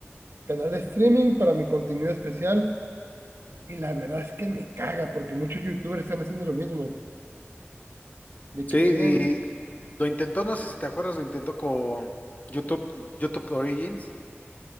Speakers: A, on the right; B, on the left.
A: canal de streaming para mi contenido especial. Y la verdad es que me caga, porque muchos youtubers están haciendo lo mismo, de
B: sí,
A: que
B: y
A: tienen,
B: lo intentó, no sé si te acuerdas, lo intentó con YouTube, YouTube Origins.